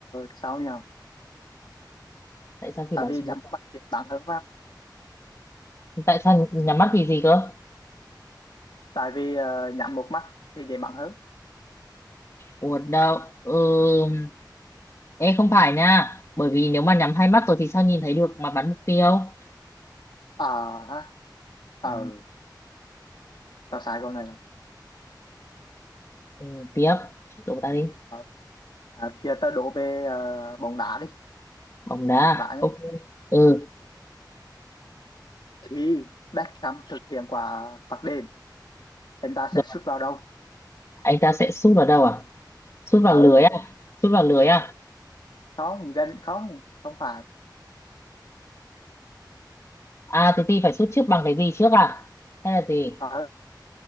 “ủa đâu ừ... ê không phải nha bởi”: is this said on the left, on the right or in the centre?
Left